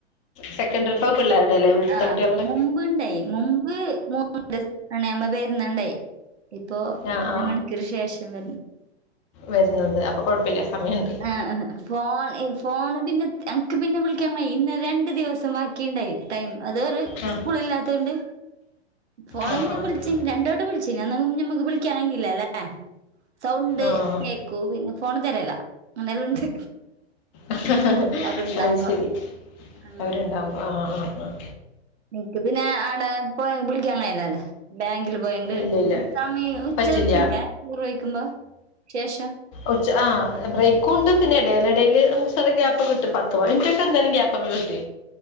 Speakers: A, on the left (about 30°); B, on the right (about 80°).
A: സെക്കന്റ്‌ ട്രിപ്പ പിള്ളേരുടെ അല്ലേ? ഇവിടുത്തെ
B: ആഹ്.
A: കുട്ടികൾടെ
B: മുമ്പ്ണ്ടായി മും <unintelligible> വരുന്നുണ്ടായി. ഇപ്പൊ
A: ആ
B: ഒരു
A: ആ
B: മണിക്കൂർ ശേഷം വര്
A: വരുന്നത് അപ്പൊ കുഴപ്പമില്ല സമയമുണ്ട്
B: ആഹ ഫോൺ ഫോൺ പിന്നെ ത് ഞങ്ങക്ക് പിന്നെ വിളിക്കാംൻ വൈ ഇന്ന് രണ്ട് ദിവസം ബാക്കി ഉണ്ടായി. ടൈം അതറെ
A: ആ
B: സ്കൂളില്ലാത്തണ്ട് ഫോണ
A: ആ ആ
B: എന്ത
A: ആ
B: വിളിച്ചി രണ്ട് വട്ടം വിളിച്ചു, നമ്മക്ക് വിളിക്കാൻുന്നില്ല അല്ലേ? സൗണ്ട്
A: ആ
B: കേക്കൂ പിന്നെ ഫോൺ തരല്ല അങ്ങനെല്ലാം ഉണ്ട്
A: അത്
B: അവരുണ്ടാകുമ്പോ
A: ശരി
B: അങ്ങനെ
A: അവരുണ്ടാവകുമോ ആഹ് ആഹ് ആഹ്
B: നിനക്ക് പിന്നെ ആടെ പോ വിളിക്കാ അങ്ങനെയല്ലല്ലേ ബാങ്കിലും പോയാങ്ക് <unintelligible>
A: ഇല്ല ഇല്ല
B: ഉച്ചക്കില്ല
A: പറ്റില്ല
B: ചോറ് കഴിക്കുമ്പോ ശേഷം
A: ഉചാ ആ ബ്രേക്കുണ്ട് പിന്നെ ഇടയിലെ ഇടയിൽ നമുക്ക് ശകലം ഗ്യാപ്പ് കിട്ടും. പത്ത് മിനിറ്റൊക്കെ ന്തായാലും ഗ്യാപ്പോക്കെ കിട്ടെ